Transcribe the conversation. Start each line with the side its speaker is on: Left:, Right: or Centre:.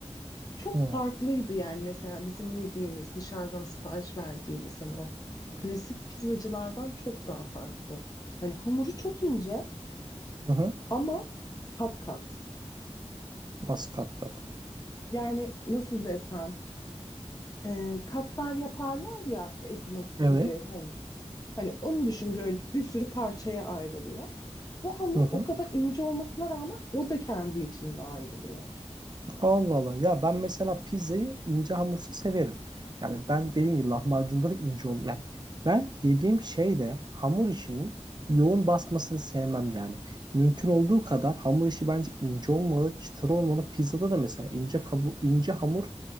Left: Çok
Right: Hı hı.
Left: farklıydı yani mesela bizim yediğimiz dışarıdan sipariş verdiğimiz hani o klasik pizzacılardan çok daha farklı. Hani hamuru çok ince
Right: hı.
Left: ama kat kat.
Right: Nasıl kat kat?
Left: Yani nasıl desem e, katmer yaparlar ya ekmek
Right: Evet.
Left: gibi hani Hani onu düşün böyle bir sürü parçaya ayrılıyor. Bu hamur
Right: Hı hı.
Left: o kadar ince olmasına rağmen o da kendi içinde ayrılıyor.
Right: Allah Allah. Ya ben mesela pizzayı ince hamursa severim. Yani ben dediğim gibi lahmacunda da ince ol. Yani ben yediğim şeyde hamur işinin yoğun basmasını sevmem yani. Mümkün olduğu kadar hamur işi bence ince olmalı, çıtır olmalı. Pizzada da mesela ince kabu, ince hamur